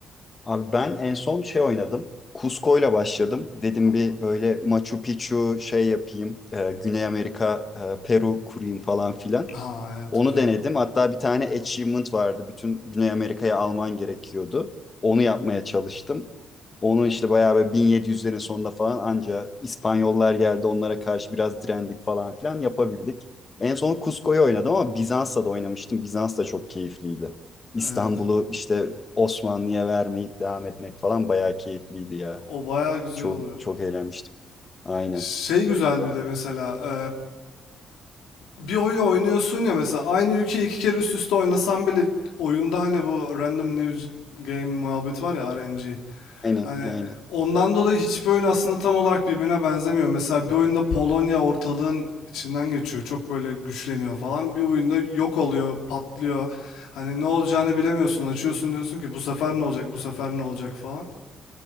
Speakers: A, on the left; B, on the left.
A: Abi ben en son şey oynadım. Cusco'yla başladım. Dedim
B: Ha,
A: bir böyle Machu Picchu şey yapayım. e, Güney Amerika, e, Peru kurayım falan filan.
B: ha, evet
A: Onu
B: güzel.
A: denedim. Hatta bir tane achievement vardı. Bütün Güney Amerika'ya alman gerekiyordu. Onu yapmaya çalıştım. Onu işte bayağı böyle 1700'lerin sonunda falan anca İspanyollar geldi onlara karşı biraz direndik falan filan yapabildik. En son Cusco'yu oynadım ama Bizans'ta da oynamıştım. Bizans da çok keyifliydi. İstanbul'u
B: Evet.
A: işte Osmanlı'ya vermeyip devam etmek falan bayağı keyifliydi ya.
B: O bayağı güzel
A: Çok
B: oluyor.
A: çok eğlenmiştim. Aynen.
B: Şey güzel bir de mesela e, bir oyunu oynuyorsun ya mesela aynı ülkeyi iki kere üst üste oynasan bile oyunda hani bu random new game muhabbeti var ya RNG.
A: Aynen,
B: Hani
A: aynen.
B: ondan dolayı hiçbir oyun aslında tam olarak birbirine benzemiyor. Mesela bir oyunda Polonya ortalığın içinden geçiyor. Çok böyle güçleniyor falan. Bir oyunda yok oluyor, patlıyor. Hani ne olacağını bilemiyorsun. Açıyorsun diyorsun ki bu sefer ne olacak, bu sefer ne olacak falan.